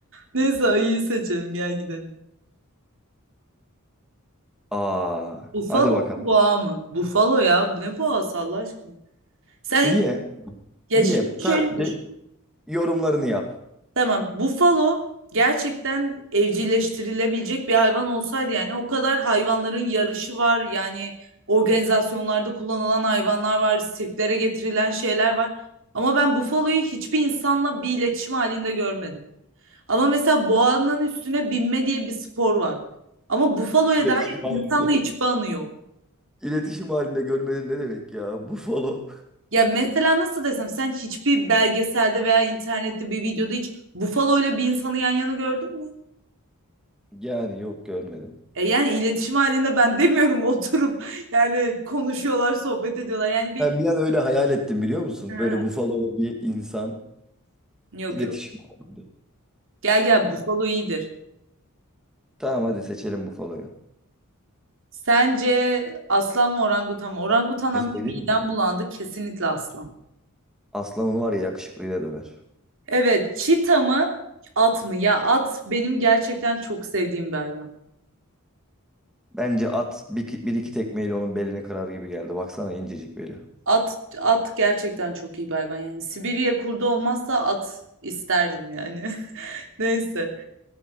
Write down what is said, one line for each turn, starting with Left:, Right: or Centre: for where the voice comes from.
Right: Neyse ayıyı seçelim gel gidelim.
Centre: Aa,
Right: Bufalo
Centre: hadi bakalım.
Right: mu, boğa mı? Bufalo ya. Bu ne boğası Allah aşkına? Sen
Centre: Niye?
Right: hiç ya
Centre: Niye?
Right: şimdi
Centre: Sadece
Right: şöyle düşün.
Centre: yorumlarını yap.
Right: Tamam. Bufalo gerçekten evcilleştirilebilecek bir hayvan olsaydı yani o kadar hayvanların yarışı var. Yani organizasyonlarda kullanılan hayvanlar var, sirklere getirilen şeyler var. Ama ben bufaloyu hiçbir insanla bir iletişim halinde görmedim. Ama mesela boğanın üstüne binme diye bir spor var. Ama bufaloya
Centre: İletişim
Right: dair
Centre: halinde.
Right: insanla hiçbir anı yok.
Centre: İletişim halinde görmedin ne demek ya? Buffalo.
Right: Ya mesela nasıl desem sen hiçbir belgeselde veya internette bir videoda hiç bufalo bir insanı yan yana gördün mü?
Centre: Yani yok görmedim.
Right: E yani iletişim halinde ben demiyorum <laughs> oturup yani konuşuyorlar, sohbet ediyorlar. Yani bir
Centre: Ben bir an öyle hayal ettim biliyor musun?
Right: Ha.
Centre: Böyle Buffalo ve bir insan
Right: yok
Centre: iletişim
Right: yok.
Centre: halinde.
Right: Gel gel bufalo iyidir.
Centre: Tamam hadi seçelim Buffalo'yu.
Right: Sence aslan mı orangutan mı? Orangutandan
Centre: Bir şey
Right: bir
Centre: söyleyeyim
Right: midem
Centre: mi?
Right: bulandı. Kesinlikle aslan.
Centre: Aslanın var ya yakışıklıyla döver.
Right: Evet, çita mı at mı? Ya at benim gerçekten çok sevdiğim bir hayvan.
Centre: Bence at bir, bir iki tekmeyle onun belini kırar gibi geldi. Baksana incecik beli.
Right: At at gerçekten çok iyi bir hayvan yani. Sibirya kurdu olmazsa at isterdim yani. <laughs> Neyse.